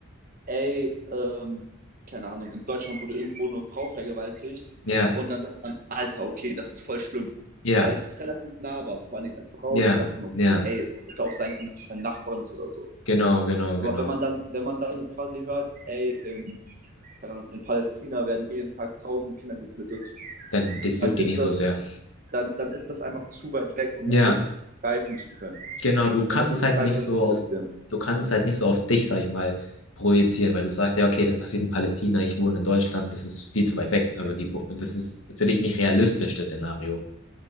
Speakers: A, on the right; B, on the left.
A: ey, ähm, keine Ahnung, in Deutschland wurde irgendwo eine Frau vergewaltigt
B: Ja.
A: und dann sagt man, Alter, okay, das ist voll schlimm.
B: Ja.
A: Weil es ist relativ nahbar, vor allen Dingen als Frau,
B: Ja.
A: dann sagt man, okay,
B: Ja.
A: ey, es hätte auch sein können, dass es meine Nachbarin ist oder so.
B: Genau, genau,
A: Aber
B: genau.
A: wenn man dann, wenn man dann quasi hört, ey, in, keine Ahnung, in Palästina werden jeden Tag tausende Kinder getötet,
B: Dann, das
A: dann
B: juckt
A: ist
B: dich nicht
A: das,
B: so sehr.
A: dann, dann ist das einfach zu weit weg, um
B: Ja,
A: das wirklich greifen zu können.
B: genau, du kannst
A: Und das
B: es
A: beschreibt
B: halt nicht
A: das
B: so
A: so ein
B: auf,
A: bisschen.
B: du kannst es halt nicht so auf dich, sag ich mal, projizieren, weil du sagst, ja, okay, das passiert in Palästina, ich wohne in Deutschland, das ist viel zu weit weg. Also
A: Ja,
B: die, Po- das ist für dich nicht realistisch, das Szenario.